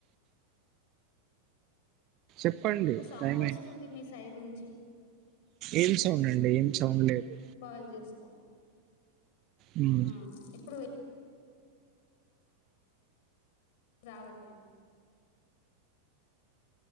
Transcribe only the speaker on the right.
చెప్పండి
టైం
అయిపోయింది
ఏం సౌండ్
అండి ఏం సౌండ్ లేదు
ఉమ్